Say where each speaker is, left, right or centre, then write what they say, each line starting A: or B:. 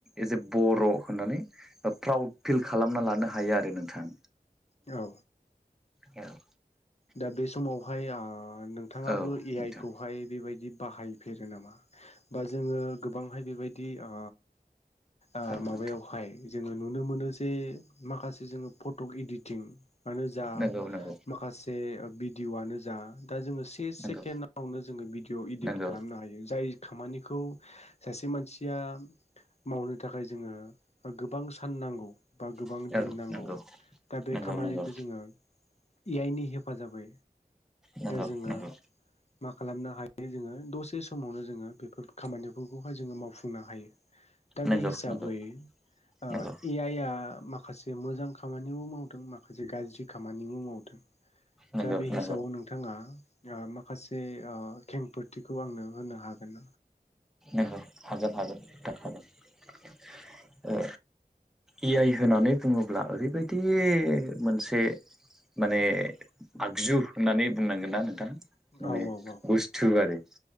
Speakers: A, in the centre; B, on the left (about 45°).
A: एज ए बर' होननानै प्राउड फिल खालामना लानो हायो आरो नोंथां
B: औ
A: औ
B: दा बे समावहाय ओ नोंथाङाबो
A: औ
B: ए
A: नोंथां
B: आइ खौहाय बेबायदि बाहायफेरो नामा बा जोंङो गोबांहाय बेबायदि ओ ओ
A: औ नोंथां
B: माबायावहाय जोङो नुनो मोनो जे माखासे जोङो फटक इडिटिंआनो जा
A: नंगौ नंगौ
B: माखासे भिडिअ'आनो जा दा जोङो से
A: नंगौ
B: सेकेण्डआवनो
A: नंगौ
B: जोङो भिडिअ' इदिट
A: नंगौ
B: खालामनो हायो जाय खामानिखौ सासे मानसिया मावनो थाखाय जोङो गोबां सान नांगौ बा गोबां
A: औ
B: दिन नांगौ
A: नंगौ
B: दा बे
A: नंगौ
B: खामानिखौ
A: नंगौ
B: जोङो इ आइ नि हेफाजाबै
A: नंगौ
B: दा जोङो
A: नंगौ
B: मा खालामनो हायो जोङो दसे से समावनो जोङो बेफोर खामानिफोरखौहाय जोङो मावफुंनो हायो। दा
A: नंगौ
B: बे हिसाबै
A: नंगौ
B: ओ
A: नंगौ
B: ए आइ आ माख माखासे मोजां खामानिबो मावदों माखासे गाज्रि खामानिबो मावदों
A: नंगौ
B: दा बे
A: नंगौ
B: हिसाबाव नोंथाङा माखासे खेंफोरथिखौ आंनो होनो हागोन
A: औ हागोन हागोन हागोन औ! ए आइ होननानै बुङोब्ला ओरैबायदि मोनसे माने आगजु होननानै बुंनांगोन ना नोंथां। माने
B: औ औ औ
A: बुस्थु आरो